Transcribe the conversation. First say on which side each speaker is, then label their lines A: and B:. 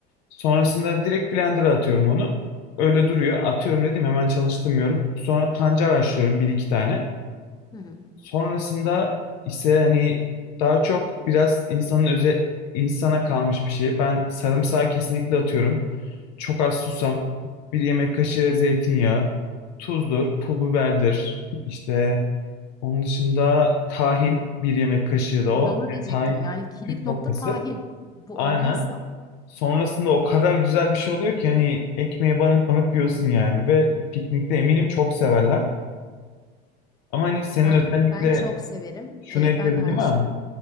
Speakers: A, on the left (about 90°); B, on the left (about 20°).
A: Sonrasında direkt blender'a atıyorum onu. Öyle duruyor. Atıyorum dedim hemen çalıştırmıyorum. Sonra pancar haşlıyorum bir iki tane.
B: Hı hı.
A: Sonrasında ise hani daha çok biraz insanın öze insana kalmış bir şey. Ben sarımsağı kesinlikle atıyorum. Çok az susam bir yemek kaşığı zeytinyağı, tuzdur, pul biberdir. İşte onun dışında tahin bir yemek kaşığı da
B: Şimdi
A: o.
B: onu
A: Yani
B: diyecektim.
A: tahin
B: Yani kilit
A: püf noktası.
B: nokta tahin. Bu
A: Aynen.
B: olmazsa
A: Sonrasında o kadar güzel bir şey oluyor ki hani ekmeğe banıp banıp yiyorsun yani ve piknikte eminim çok severler. Ama hani senin
B: ben
A: özellikle
B: ben çok severim.
A: şunu
B: Ee,
A: eklediğin
B: ben de aynı
A: var
B: şekilde.
A: mı?